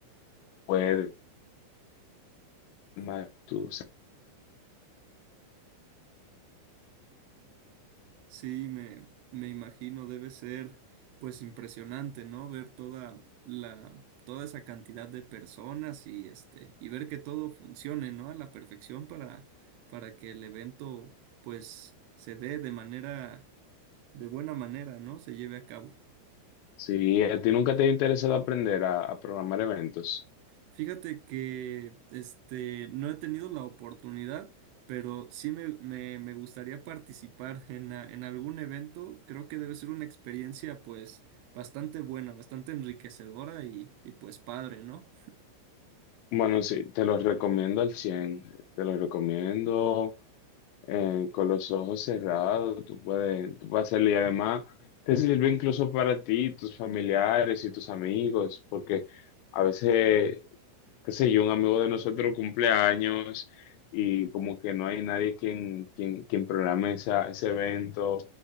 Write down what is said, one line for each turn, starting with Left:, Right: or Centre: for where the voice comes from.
Left: web más tú. o sea,
Right: Sí, me, me imagino, debe ser pues impresionante, ¿no? Ver toda la, toda esa cantidad de personas y este, y ver que todo funcione, ¿no? A la perfección para, para que el evento pues se dé de manera, de buena manera, ¿no? Se lleve a cabo.
Left: si a ti nunca te ha interesado aprender a, a programar eventos,
Right: Fíjate que este no he tenido la oportunidad, pero sí me, me- me gustaría participar en, a- en algún evento. Creo que debe ser una experiencia pues bastante buena, bastante enriquecedora y, y pues padre, ¿no?
Left: bueno, sí, te los recomiendo al cien te los recomiendo eh, con los ojos cerrados, tú puedes, tú puedes hacerlo y además te sirve incluso para ti, tus familiares y tus amigos, porque a veces, qué sé yo, un amigo de nosotros cumple años y como que no hay nadie quien, quien, quien programe esa, ese evento